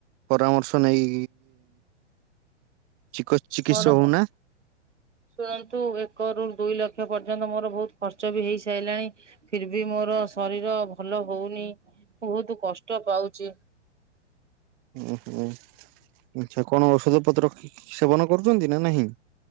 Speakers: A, on the right; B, on the right.
A: ପରାମର୍ଶ ନେଇ ଚିକିତ୍ସା
B: ମୋର
A: ହଉନା।
B: ଶୁଣନ୍ତୁ ଏକ ର ଦୁଇ ଲକ୍ଷ ପର୍ଯ୍ୟନ୍ତ ମୋର ବହୁତ ଖର୍ଚ୍ଚ ବି ହେଇ ସାରିଲାଣି ଫିର ବି ମୋର ଶରୀର ଭଲ ହଉନି। ବହୁତ କଷ୍ଟ ପାଉଛି।
A: ଓହୋ ଆଚଛା କଣ ଔଷଧ ପତ୍ର ସେବନ କରୁଛନ୍ତି ନା ନାହିଁ?